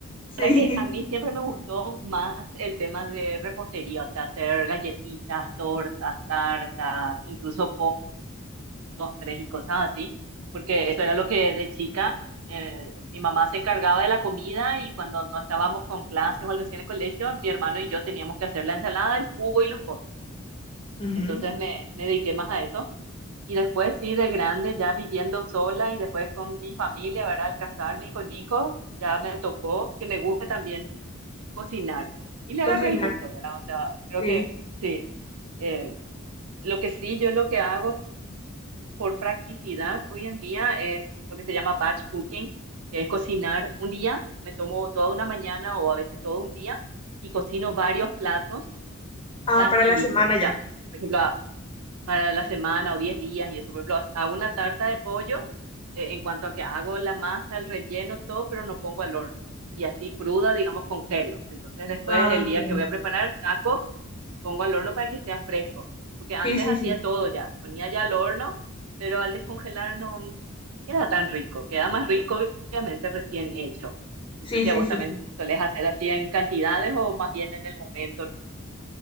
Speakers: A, on the left; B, on the right.
A: Sí,
B: Para que a mí siempre me gustó más el tema de repostería, o sea, hacer galletitas, tortas, tartas, incluso tres y cosas así, porque eso era lo que de chica eh, mi mamá se encargaba de la comida y cuando no estábamos con clases o algo así en el colegio, mi hermano y yo teníamos que hacer la ensalada, el jugo y los postres.
A: <laughs> Ujú.
B: Entonces me, me dediqué más a eso. Y después sí, de grande, ya viviendo sola y después con mi familia, ¿verdad? Al casarme y con hijos, ya me tocó que me guste también cocinar. Y le
A: cocinar,
B: agarré el gusto, ¿verdad? O sea, creo
A: sí.
B: que sí. Eh, lo que sí, yo lo que hago practicidad hoy en día es lo que se llama batch cooking, que es cocinar un día, me tomo toda una mañana o a veces todo un día y cocino varios platos
A: Ah,
B: casi
A: para la
B: listos.
A: semana
B: O sea,
A: ya.
B: por ejemplo, a- para la semana o 10 días y eso, por ejemplo, hago una tarta de pollo eh, en cuanto a que hago la masa, el relleno, todo, pero no pongo al horno. Y así cruda, digamos, congelo. Entonces después
A: Ah,
B: el
A: entiendo.
B: día que voy a preparar, saco pongo al horno para que sea fresco, porque antes
A: Sí, sí,
B: hacía
A: sí.
B: todo ya, ponía ya al horno, pero al descongelar no, no queda tan rico, queda más rico obviamente recién hecho. No
A: Sí,
B: sé si
A: sí,
B: a vos
A: sí,
B: también
A: sí.
B: solés hacer así en cantidades o más bien en el momento, ¿no?